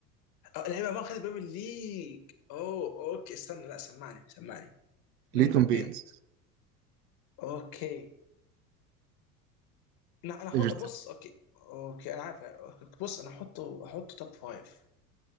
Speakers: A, on the left; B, on the right.
A: اه لعيبه ما خدت بريمير ليج اوه اوكي استنى لا سمعني سمعني مم،
B: ليتون
A: اوكي
B: بينز
A: اوكي انا انا احط
B: ايفرتون
A: بص اوكي اوكي انا عارف بص انا احطه احطه توب فايف